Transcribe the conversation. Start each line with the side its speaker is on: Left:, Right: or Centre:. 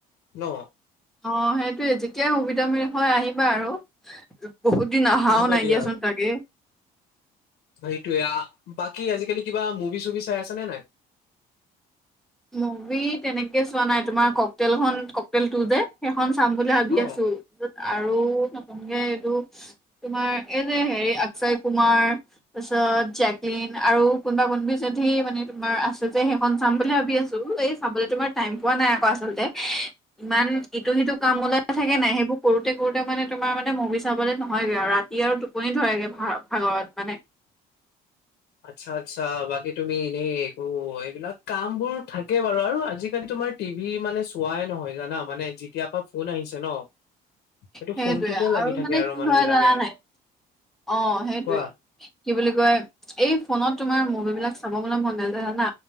Left: ন'?
Centre: অ' সেইটোৱেই, যেতিয়া সুবিধা মেলি হয় আহিবা আৰু। বহুত দিন আহাও
Left: হ'ব
Centre: নাই
Left: দিয়া
Centre: দিয়াচোন
Left: আৰু
Centre: তাকে।
Left: সেইটোয়ে, আ, বাকী আজিকালি কিবা মুভি চুভি চাই আছ নে নাই?
Centre: মুভি তেনেকে চোৱা নাই, তোমাৰ ককটলখন ককটেল টো যে সেইখন চাম বুলি ভাবি
Left: অ'।
Centre: আছোঁ। আৰু নতুনকে এইটো তোমাৰ এই যে হেৰি অক্ষয় কুমাৰ, তাৰছত জেকলিন আৰু কোনোবা কোনবি যদি মানে তোমাৰ আছে যে সেইখন চাম বুলি ভাবি ভাবি আছোঁ, এই চাব তোমাৰ টাইম নাই আকৌ আচলতে, ইমান ইটো সিটো কাম ওলাই থাকে নাই, সেইবোৰ কৰোঁতে কৰোঁতে মানে তোমাৰ মানে মানে মভি চাবলে নহয়গে আৰু ৰাতি আৰু টোপনি ধৰেগে ভা-ভাগৰত মানে।
Left: আচ্ছা আচ্ছা, বাকী তুমি এনে একো এইবিলাক কামবোৰ থাকে বাৰু আৰু আজিকালি তোমাৰ টিভি মানে চোৱাই নহয় জানা, মানে যেতিয়াৰ পৰা ফোন আহিছে ন'। সেইটো
Centre: সেইটোৱে
Left: ফোনটোতে লাগি
Centre: আৰু
Left: থাকে
Centre: মানে কি
Left: মানুহ
Centre: হয়
Left: বিলাকে
Centre: জাননা নাই? অ' সেইটোৱে
Left: কোৱা
Centre: কি বুলি কয় এই কি ফোনত তোমাৰ মুভিবিলাক চাব গলে মন নাযায় জানা?